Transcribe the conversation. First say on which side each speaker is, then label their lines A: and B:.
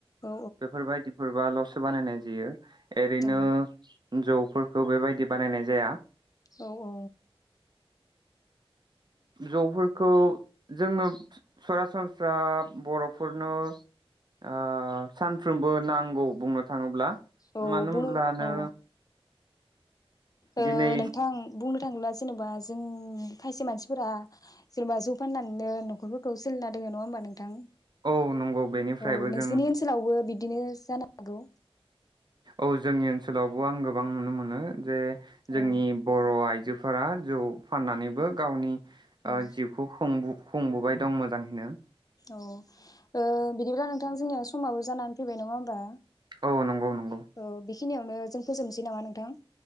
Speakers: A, on the left; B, on the right.
A: औ
B: बेफोर बायदिफोरबा ल'सो बानायनाय जायो। एरैनो
A: औ
B: जौ खौ बेबायदि बानायनाय जाया।
A: औ औ
B: जौफोरखौ जोंनो सरासनस्रा बर'फोरनो ओ सानफ्रोमबो नांगौ बुंनो थाङोब्ला
A: औ
B: मानो
A: बुङो
B: होनब्ला नों
A: औ ओ‌
B: दिनै
A: नोंथां बुंनो थाङोब्ला जेनेबा जों खायसे मानसिफोरा जेनेबा जौ फाननानैनो न'खरफोरखौ सोलिना दोङो नङा होमबा नोंथां
B: औ नंगौ बेनिफ्रायबो
A: अ नोंसोरनि
B: जों
A: ओनसोलावबो बिदिनो जानांगौ
B: औ जोंनि ओनसोलावबो आं गोबां नुनो मोनो जे जोंनि
A: औ
B: बर' आइजो जोफोरा जौ फाननानैबो गावनि
A: औ
B: ओ जिउखौ खुंबोदों खुंबोबाय दं मोजाङैनो।
A: औ ओ बिदिब्ला नोंथां जोंनिया समाबो जानानै फैबाय नङा होमबा
B: औ नंगौ नंगौ
A: औ बेखिनियावनो जों फोजोबनोसै नामा नोंथां?